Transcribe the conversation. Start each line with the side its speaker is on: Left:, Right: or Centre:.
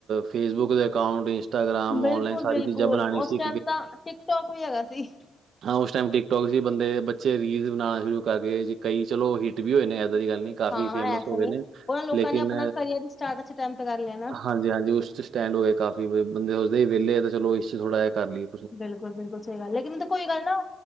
Right: ਫੇਸਬੁੱਕ ਦੇ ਅਕਾਊਂਟ ਇੰਸਟ ਇੰਸਾਗ੍ਰਾਮ
Left: ਬਿਲਕੁਲ
Right: ਔਨਲਾਈਨ ਸਾਰੀ
Left: ਬਿਲਕੁਲ
Right: ਚੀਜਾਂ ਬਣਾਣੀ ਸੀ
Left: ਉਸ ਟਾਈਮ ਤਾਂ ਟਿਕ ਟੋਕ ਵੀ ਹੇਗਾ ਸੀ।
Right: ਹਾਂ ਉਸ ਟੈਮ ਟਿਕ ਟੋਕ ਸੀ ਬੰਦੇ, ਬੱਚੇ ਰੀਲਸ ਬਣਾਨਾ ਸ਼ੁਰੂ ਕਰ ਗੇ ਸੀ ਕਈ ਚਲੋ ਹਿੱਟ ਵੀ ਹੋਏ ਨੇ ਏਦਾਂ ਦੀ ਗੱਲ ਨੀ ਕਾਫ਼ੀ
Left: ਹਾਂ
Right: ਫੇਮਸ
Left: ਹਾਂ ਐਸਾ
Right: ਹੋ ਗੇ
Left: ਨਹੀਂ
Right: ਨੇ
Left: ਉਹਨਾਂ ਲੋਕਾਂ
Right: ਲੇਕਿਨ
Left: ਨੇ ਆਪਣਾ ਕਰੀਅਰ ਸਟਾਰਟ ਅੱਛੇ ਟਾਈਮ ਤੇ ਕਰ ਲਿਆ ਨਾ
Right: ਹਾਂਜੀ -ਹਾਂਜੀ ਉਸ ਚ ਸਟੈਂਡ ਹੋਏ ਕਾਫ਼ੀ ਬੰਦੇ ਸੋਚਦੇ ਸੀ ਵੇਲੇ ਆ ਤਾ ਚਲੋ ਇਸ ਚ ਥੋੜ੍ਹਾ ਜਿਆ ਕਰ ਲੀਏ।
Left: ਬਿਲਕੁਲ- ਬਿਲਕੁਲ ਸਈ ਗੱਲ ਲੇਕਿਨ ਤੇ ਕੋਈ ਗੱਲ ਨਾ